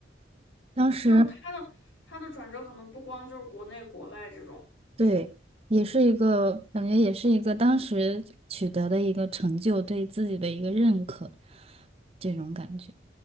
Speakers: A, on the right (about 30°); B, on the left (about 85°).
A: 当时
B: 就是他的他的转折可能不光就是国内国外这种，
A: 对，也是一个感觉，也是一个当时取得的一个成就，对自己的一个认可，这种感觉。